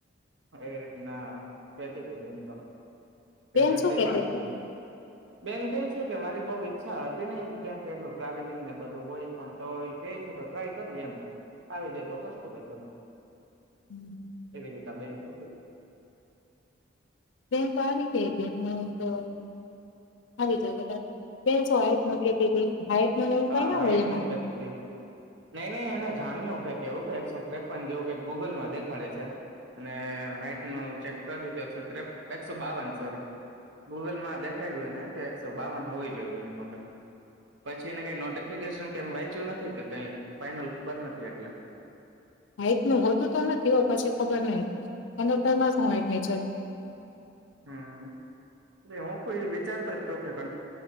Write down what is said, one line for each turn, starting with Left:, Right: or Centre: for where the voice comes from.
Right: એવી રીતના બેતી તે બેન તો તદક
Left: બેન શું
Right: બેસ્ણપ
Left: કેતી હતી
Right: બેન કે છે કે મારી બઉુ ઈચ્છા હતી નહ કેમ કે એટલું ટ્રાવેલિંગ ને બધું હોય પણ તો કે છે તો ટ્રાય કરવી એમ આવી જાય તો કરશું કે ત
Left: હમ્મ.
Right: કે રી બેન તો
Left: બેન તો આવી ગઈ બેન તો આવી જાય કદાચ બેન શું હાઈટ નું કેતી હતી હાઈટ નું ને એવું
Right: હા
Left: કઈ ના
Right: હાઈટ
Left: હોય એમાં
Right: ન તું નહી નઈ એને જાણ્યું કેવું કે એકસો ત્રેપન જેવું ક ગૂગલમાં દેખાડે છે અને હાઈટ ન ચેક કર્યું તો એકો એકસો બાવન સોરી ગૂગલ માં દેખાડ્યું એને એક સો બાવન હોવી જોઈએ મિનિમમ એ પછી એને કઈ નોટિફિકેશન કેમ વાંચ્યું નથી કે કઈ ફાઈનલ ખબર નથી એટલે
Left: હઈટ નું હોતું તો નથી હો પછી ખબર નહિ કક્ટર માં શુંની
Right: હમ એટ હું કોઈ વિચારતો તો કક